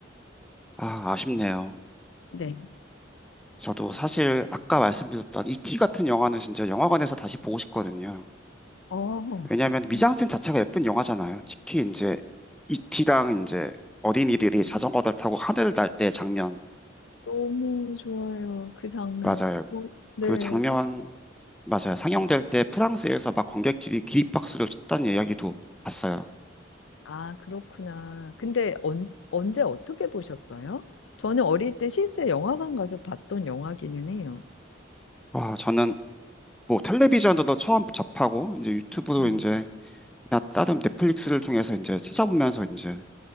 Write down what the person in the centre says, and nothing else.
아, 아쉽네요.
저도 사실 아까 말씀드렸던 이 t 같은 영화는 진짜 영화관에서 다시 보고 싶거든요.
왜냐하면 미장센
자체가 예쁜 영화잖아요. 특히 이제 이티랑 이제 어린이들이 자전거를 타고 하늘을 날 때 장면
맞아요.
그 장면 맞아요. 상영될 때 프랑스에서 막 관객들이 기립박수를 쳤다는 이야기도 봤어요.
와, 저는 뭐 텔레비전도 처음 접하고 이제 유튜브도
이제 나 다른 넷플릭스를 통해서 이제 찾아보면서 이제